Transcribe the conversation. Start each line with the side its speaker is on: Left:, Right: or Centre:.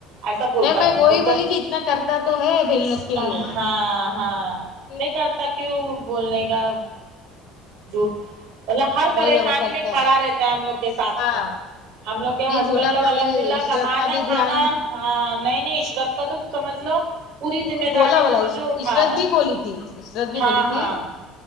Right: ایسا بولتا
Left: نہیں
Right: تھا
Left: وہی
Right: میں سب
Left: بولی
Right: تو
Left: کہ اتنا کرتا تو ہے بہن لوگ کے
Right: ہاں
Left: لیے
Right: ہاں
Left: پھر
Right: نہیں کرتا کیوں بولنے کا جھوٹ مطلب ہر پریشانی
Left: وہی بابا کرتا
Right: میں کھڑا رہتا ہے ہم لوگ کے ساتھ
Left: ہاں
Right: میں ہم لوگ
Left: نہیں
Right: کے ہسبینڈ
Left: بولا
Right: لوگ
Left: تھا
Right: الحمد
Left: بولے
Right: للہ
Left: عشرت
Right: کمانا
Left: کا بھی
Right: کھانا
Left: دھیان
Right: ہاں نہیں نہیں عشرت کا تو سمجھ لو پوری ذمہ
Left: بھولا
Right: داری سمجھو
Left: بھالا
Right: اٹھا
Left: عشرت
Right: رہا
Left: بھی
Right: ہے
Left: بھولی تھی عشرت بھی
Right: ہاں
Left: بھولی تھی
Right: ہاں